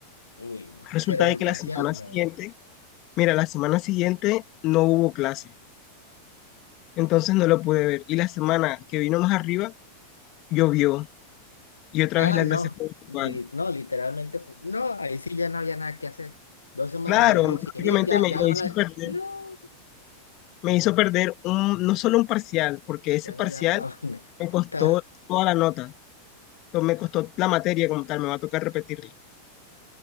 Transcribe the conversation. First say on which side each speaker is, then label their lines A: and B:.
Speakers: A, on the left; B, on the left.
A: Uy, no.
B: Resulta
A: Cero en
B: de
A: el
B: que
A: parcial,
B: la semana siguiente,
A: no.
B: mira, la semana siguiente no hubo clase. entonces no lo pude ver. Y la semana que vino más arriba, llovió y otra
A: Ah,
B: vez la
A: no.
B: clase fue virtual.
A: Li- no, literalmente. pu- No, ahí sí ya no había nada que hacer. Dos semanas
B: Claro,
A: seguidas
B: prácticamente
A: sin ir, ya,
B: me,
A: ya
B: me
A: va
B: hizo
A: la.
B: perder,
A: No,
B: me hizo perder un, no solo un parcial, porque ese
A: ya
B: parcial
A: no, ya la <laughs> vaina.
B: me costó
A: Está-
B: toda la nota, to- me costó la materia como tal, me va a tocar repetirla.